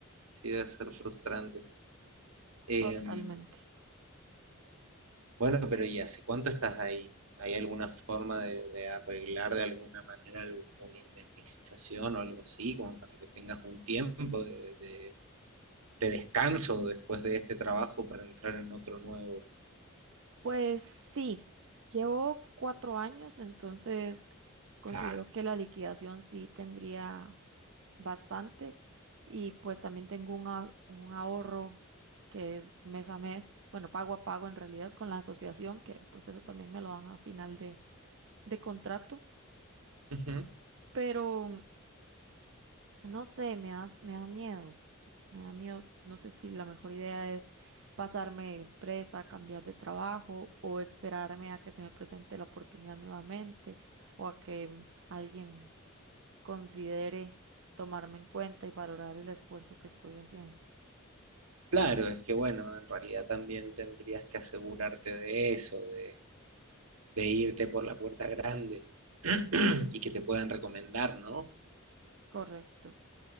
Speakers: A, on the right (about 85°); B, on the right (about 65°).
A: sí debe ser frustrante. Eh,
B: totalmente.
A: Bueno, pero ¿y hace cuánto estás ahí? ¿Hay alguna forma de, de arreglar de alguna manera alguna indemnización o algo así, como para que tengas un tiempo de, de- de descanso después de este trabajo para entrar en otro nuevo?
B: Pues sí, llevo cuatro años, entonces considero
A: Claro.
B: que la liquidación sí tendría bastante y pues también tengo un, a- un ahorro que es mes a mes, bueno, pago a pago en realidad con la asociación, que pues eso también me lo dan a final de, de contrato,
A: Ujú.
B: pero No sé, me da, me da miedo. Me da miedo. No sé si la mejor idea es pasarme de empresa, cambiar de trabajo o esperarme a que se me presente la oportunidad nuevamente o a que mm, alguien considere tomarme en cuenta y valorar el esfuerzo que estoy haciendo.
A: Claro, es que bueno, en realidad también tendrías que asegurarte de eso, de, de irte por la puerta grande <clears throat> y que te puedan recomendar, ¿no?
B: Correcto.